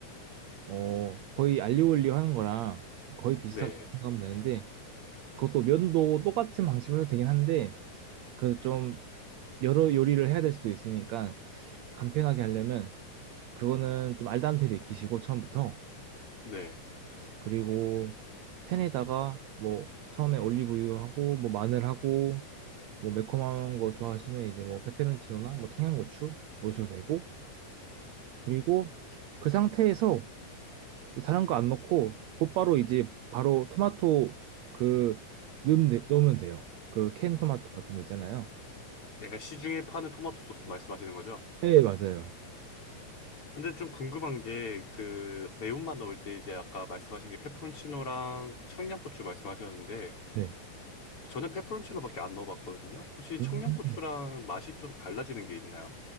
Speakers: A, on the right; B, on the left.
A: 어, 거의 알리올리오 하는 거랑 거의 비슷하다고
B: 네,
A: 생각하면 되는데, 그것도 면도 똑같은 방식으로 해도 되긴 한데, 그래도 좀 여러 요리를 해야 될 수도 있으니까, 간편하게 하려면, 그거는 좀 알단테를 익히시고, 처음부터,
B: 네.
A: 그리고 팬에다가 뭐 처음에 올리브유하고 뭐 마늘하고 뭐 매콤한 거 좋아하시면 이제 뭐 페페론치노나 뭐 청양고추 넣으셔도 되고 그리고 그 상태에서 다른 거 안 넣고 곧바로 이제 바로 토마토 그 넣으면, 돼- 넣으면 돼요. 그 캔 토마토 같은 거 있잖아요.
B: 약간 시중에 파는 토마토 소스 말씀하시는 거죠?
A: 네, 맞아요.
B: 근데 좀 궁금한 게 그 매운맛 넣을 때 이제 아까 말씀하신 게 페퍼론치노랑 청양고추 말씀하셨는데
A: 네.
B: 저는 페퍼론치노밖에 안 넣어봤거든요. 혹시 청양고추랑
A: 음.
B: 맛이 좀 달라지는 게 있나요?